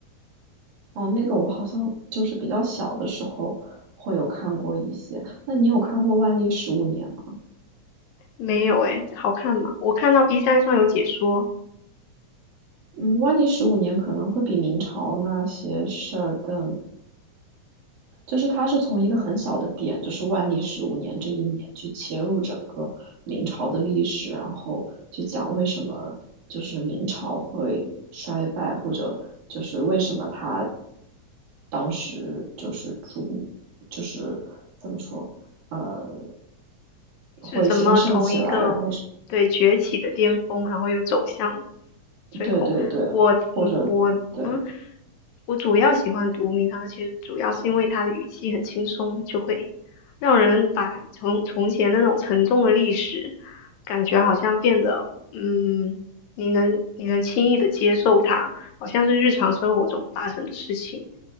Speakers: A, on the right; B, on the left.
A: 哦，那个我好像就是比较小的时候会有看过一些。那你有看过万历十五年吗？
B: 没有诶，好看吗？我看到 B 站上有解说。
A: 嗯，万历十五年可能会比明朝那些事儿更就是它是从一个很小的点，就是万历十五年这一年去切入整个明朝的历史，然后去讲为什么就是明朝会衰败，或者就是为什么它当时就是朱就是怎么说呃
B: 是怎么从一个对崛起的巅峰，
A: 会兴盛起来，然后是
B: 然后又走向最后。
A: 对对对，
B: 我我我，
A: 或者对
B: 嗯，我主要喜欢读明堂，其实主要是因为它的语气很轻松，就会让人把从从前那种沉重的历史，感觉好像变得，嗯，你能你能轻易的接受它，好像是日常生活中发生的事情，